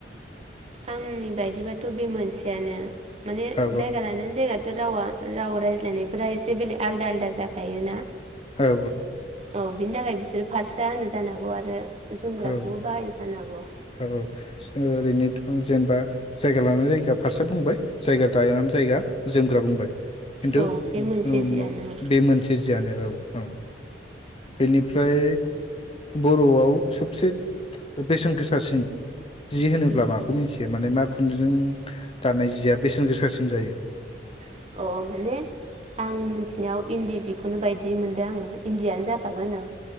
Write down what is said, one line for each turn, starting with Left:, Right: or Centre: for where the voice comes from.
Right: आंनि बायदिबाथ' बे मोनसेयानो। माने
Left: औ
Right: जायगा लानानै जायगायाथ' रावा राव रायज्लायनायफोरा एसे बेलेग आलादा आलदा जाखायोना?
Left: औ
Right: औ बिनि थाखाय बिसोरो फार्से होनो जानो हागौ आरो जोमग्राखौबो
Left: औ
Right: बाहायो जानोहागौ!
Left: औ औ ओ ओरैनोथ' जेनेबा जायगा लानानै जायगा फास्राआ बुंबाय जायगा दायनानै जायगा जों ग्रा बुंबाय। खिन्थु
Right: औ बे मोनसे
Left: उम
Right: जियानो
Left: बे मोनसे जियानो औ औ। बेनिफ्राय बर'आव सोबसे बेसेन गोसा सिन जि होनोब्ला
Right: उम
Left: माखौ मिन्थियो माने मा खुन्दुंजों दानाय जिया बेसेन गोसासिन जायो
Right: अ माने आं मिनथिनायाव इन्दि जिखौनो बायदि मोनदों आङो! इन्दियानो जाखागोन औ